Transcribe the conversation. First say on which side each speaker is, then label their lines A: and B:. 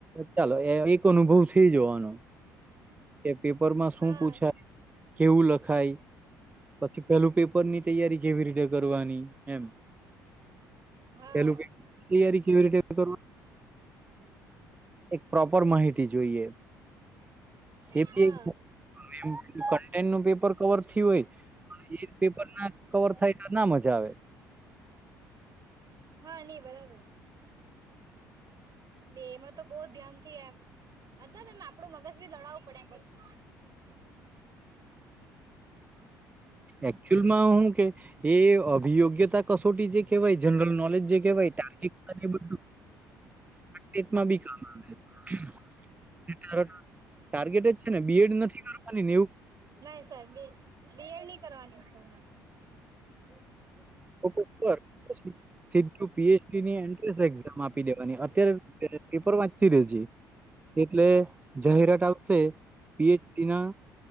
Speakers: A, on the right (about 15°); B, on the right (about 40°).
A: ચાલો. અનુભવ થઈ જોવાનો. કે પેપર માં શું
B: હા
A: પૂછાય કેવું લખાય પછી. પેલું પેપરની તૈયારી કેવી રીતે કરવાની એમ
B: હા
A: તૈયારી કેવી રીતે કર એક માહિતી જોઈએ એી
B: હા
A: એક. એમ કન્ટેન્ટ નું પેપર કવર થય હોય એ પેપર ના કવર થાય તો ના મ જ જાવે.
B: હા નઈ બરાબર. બે એમાં તો બહુ ધ્યાનથી એમ. મતલબ એમ આપડું મગજ બી લડાવવું પડે એમ બધ
A: <inaudible> એકચુઅલમાં હું કે એ અભિયોગ્યતા કશ છોટી જે કહેવાય જનરલ નોલેજ જે કહેવાય તાર્િક બું તેટમાં બી કામ આવે ટાર્ગેટ જ છે ને બીએડ નથી કરવાની નેવ
B: નહી સર બ બીએડ નહી કરવાની સર મે
A: બસ <unintelligible> સીધું પીએચડી ની એન્ટ્રસ એક્ઝામ આપી દેવાની અત્યારે પેપર વાંચતી ર એટલે જાહેરાત આવશે પીએચડી ના